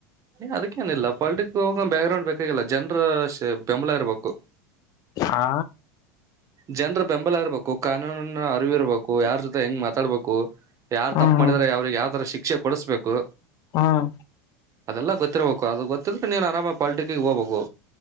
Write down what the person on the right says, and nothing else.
ನೀ ಅದಕ್ಕೇಏನಿಲ್ಲ ಪಾಲಿಟಿಕ್ ಹೋಗ ಬ್ಯಾಕ್ಗ್ರೌಂಡ್ ಬೇಕಾಗಿಲ್ಲ ಜನ್ರ ಬೆಂಬಲ ಇರ್ಬೇಕು
ಜನರ ಬೆಂಬಲ ಇರ್ಬೇಕು ಕಾನೂನಿನ ಅರಿವಿರ್ಬೇಕು ಯಾರ ಜೊತೆ ಹೆಂಗ್ ಮಾತಾಡ್ಬೇಕು ಯಾರ್
ತಪ್ಪು ಮಾಡಿದ್ರ ಅವ್ರಿಗೆ ಯಾವ ತರ ಶಿಕ್ಷೆ ಕೊಡಸ್್ಬೇಕು
ಅದೆಲ್ಲ ಗೊತ್ತಿರ್ಬೇಕು ಅದು ಗೊತ್ತಿದೆ ನೀನ್ ಆರಾಮ ಪಾಲ್ಟಿಿಕ ಹೋಗ್ಬೇಕು